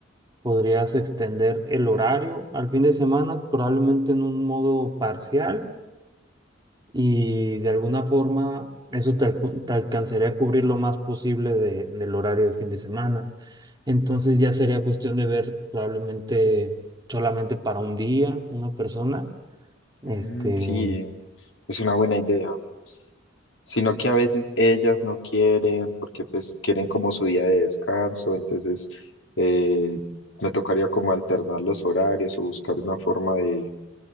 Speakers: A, on the right (about 20°); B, on the left (about 80°).
A: Podrías extender el horario al fin de semana, probablemente en un modo parcial, y de alguna forma eso te, alcu- te alcanzaría a cubrir lo más posible de- del horario de fin de semana. Entonces ya sería cuestión de ver probablemente solamente para un día una persona. Este,
B: Mm, sí, es una buena idea. sino que a veces ellas no quieren porque pues quieren como su día de descanso, entonces eh, me tocaría como alternar los horarios o buscar una forma de,